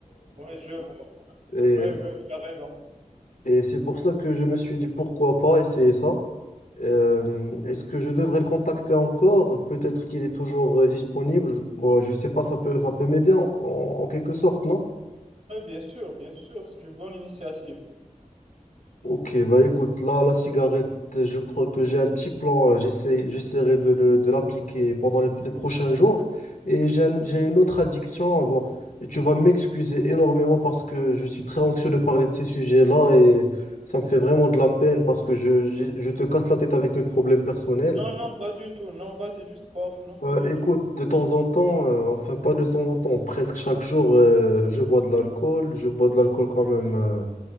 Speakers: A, on the right; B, on the left.
A: Oui, je vois.
B: euh,
A: Oui, oui, il a raison.
B: et c'est pour ça que je me suis dit pourquoi pas essayer ça. Euh, est-ce que je devrais le contacter encore? Peut-être qu'il est toujours euh, disponible. Moi, je sais pas, ça peut, ça peut m'aider en, en- en quelque sorte, non?
A: Oui, bien sûr, bien sûr, c'est une bonne initiative.
B: Ok, bah écoute, là, la cigarette, je crois que j'ai un petit plan. euh, J'essaie, j'essaierai de le- de l'appliquer pendant les, les prochains jours. Et j'ai un- j'ai une autre addiction. euh, Bon, tu vas m'excuser énormément parce que je suis très anxieux de parler de ces sujets-là et ça me fait vraiment de la peine parce que je, j'ai- je te casse la tête avec mes problèmes personnels.
A: Non, non, pas du tout. Non, vas-y, juste parle. Non, pas
B: Bah,
A: du
B: écoute,
A: tout.
B: de temps en temps, euh, enfin pas de temps en temps, presque chaque jour, euh, je bois de l'alcool. Je bois de l'alcool quand même. euh,